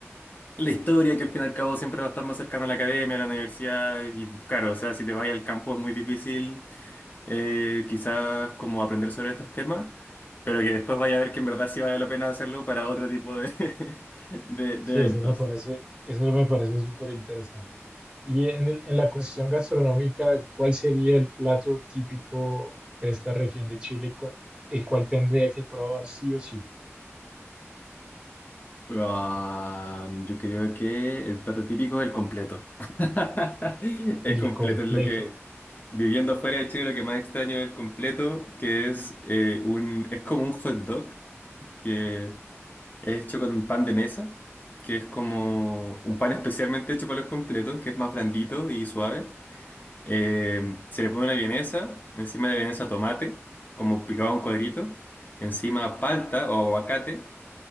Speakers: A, on the left; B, on the right.
A: la historia, que al fin y al cabo siempre va a estar más cercana a la academia, a la universidad. Y claro, o sea, si te vas al campo es muy difícil eh, quizás como aprender sobre estos temas, pero que después vaya a ver que en verdad sí vale la pena hacerlo para otro tipo de, <laughs> de, de
B: Sí,
A: eventos.
B: eso me parece, eso me parece súper interesante. Y en el- en la cuestión gastronómica, ¿cuál sería el plato típico de esta región de Chile con- el cual tendría que probar sí o sí?
A: Ah, yo creo que el plato típico es el completo. <laughs> El
B: El
A: completo
B: completo.
A: es lo que, viviendo afuera de Chile, lo que más extraño es el completo, que es, eh, un, es como un hot dog que es hecho con pan de mesa, que es como un pan especialmente hecho para los completos, que es más blandito y suave. Eh, se le pone una vienesa, encima de la vienesa tomate, como picado en cuadritos, encima palta o aguacate